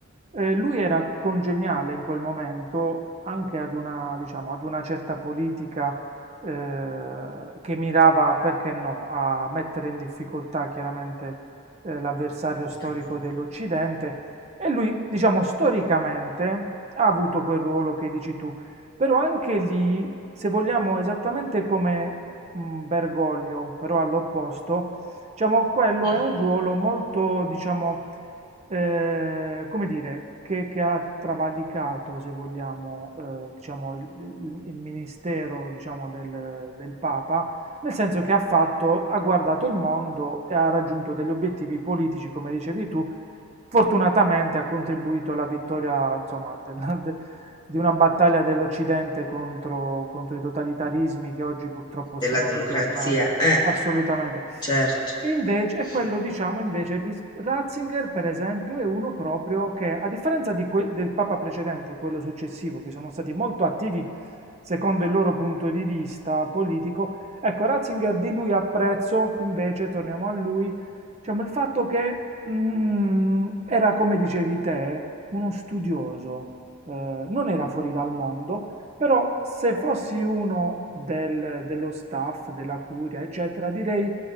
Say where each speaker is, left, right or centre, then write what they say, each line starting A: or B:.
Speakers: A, on the right; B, on the left.
A: eh, lui era congeniale in quel momento anche ad una, diciamo, ad una certa politica eh, che mirava, perché no, a mettere in difficoltà chiaramente eh, l'avversario
B: Il
A: storico
B: cambiamento
A: dell'Occidente, e lui, diciamo, storicamente ha avuto quel ruolo che dici tu, però anche lì, se vogliamo, esattamente come mh, Bergoglio, però all'opposto, diciamo, quello
B: mm,
A: è un ruolo molto, diciamo, eh, come dire, che, che ha travalicato, se vogliamo, eh, diciamo, il, il- il ministero, diciamo, del, del Papa nel senso che ha fatto, ha guardato il mondo e ha raggiunto degli obiettivi politici, come dicevi tu. Fortunatamente ha contribuito alla vittoria, insomma, della- de- di una battaglia dell'Occidente contro, contro i totalitarismi che oggi purtroppo
B: della
A: stanno
B: democrazia,
A: ritornando.
B: eh,
A: Assolutamente.
B: certo.
A: Invece,
B: <laughs>
A: e quello diciamo invece di S- Ratzinger, per esempio, è uno proprio che, a differenza di que- del Papa precedente, quello successivo, che sono stati molto attivi secondo il loro punto di vista politico, ecco, Ratzinger di lui apprezzo, invece, torniamo a lui, diciamo il fatto che mm, era, come dicevi te, uno studioso, eh, non era fuori dal mondo, però se fossi uno del- dello staff, della curia, eccetera, direi